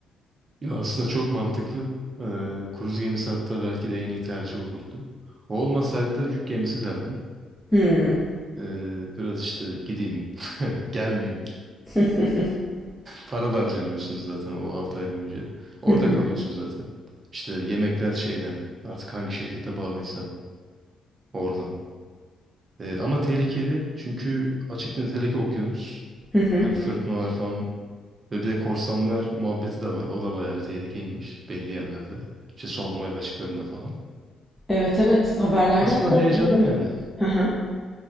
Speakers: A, on the right; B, in the centre.
A: Ya aslında çok mantıklı. Ee, kruz gemisi hatta belki de en iyi tercih olurdu. O olmasaydı da yük gemisi derdim.
B: Hmm.
A: Ee, biraz işte gideyim, <laughs> gelmeyeyim.
B: <laughs>
A: Para da harcamıyorsunuz zaten o 6 ay boyunca. Orada
B: Hı hı.
A: kalıyorsun zaten. İşte yemekler şeyden, artık hangi şirkete bağlıysan oradan. Ee, ama tehlikeli çünkü açık deniz hele ki okyanus.
B: Hı hı.
A: Hani fırtınalar falan Ve bir de korsanlar muhabbeti de var. O da bayağı bir tehlikeymiş belli yerlerde. İşte Somali açıklarında falan.
B: Evet evet haberlerde
A: Aslında
B: hatta
A: heyecanlı
B: görüyorum.
A: yani.
B: Hı hı.